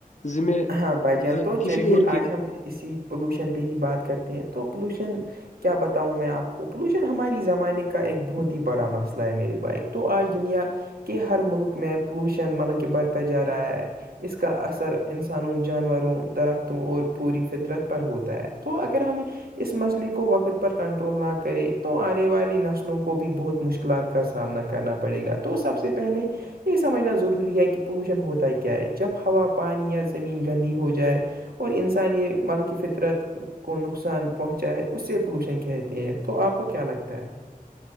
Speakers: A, on the left; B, on the right.
A: ذمہ
B: ہاں بھائی جان تو
A: کسی
B: چلیے
A: اور کے
B: آج ہم اسی پولوشن پہ ہی بات کرتے ہیں تو پولوشن کیا بتاؤں میں آپ کو پولوشن ہماراری زمانے کا ایک بہت ہی بڑا مسئلہ ہے میرے بھائی تو آج دنیا کہ ہر ملک میں پولوشن مطلب کہ بڑھتا جا رہا ہے اس کا اثر انسانوں جانوروں درختوں اور پوری فطرت پر ہوتا ہے تو اگر ہمیں اس مسئلے کو وقت پر کنٹرول نہ کرے تو آنے والی نسلوں کو بھی بہت مشکلات کا سامنا کرنا پڑے گا تو سب سے پہلے یہ سمجھنا ضروری ہے کہ پولوشن ہوتا ہے کیا ہے جب ہوا پانی یا زمین گندی ہو جائے اور انسان یہ مل کی فطرت کو نقصان پہنچا ہے اس سے پولوشن کہتے ہیں تو آپ کو کیا لگتا ہے